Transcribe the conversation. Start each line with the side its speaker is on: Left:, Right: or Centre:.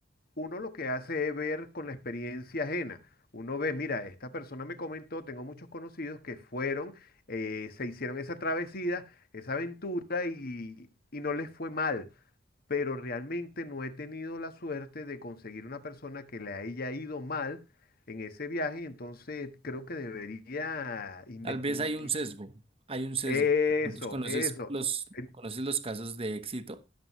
Left: uno lo que hace es ver con la experiencia ajena. Uno ve, mira, esta persona me comentó, tengo muchos conocidos que fueron, eh, se hicieron esa travesía, esa aventura y, y no les fue mal pero realmente no he tenido la suerte de conseguir una persona que le haya ido mal en ese viaje, entonces creo que debería investigar.
Right: Tal vez hay un sesgo, hay un sesgo.
Left: Eso,
Right: Entonces conoces
Left: eso.
Right: los,
Left: En-
Right: conoces los casos de éxito,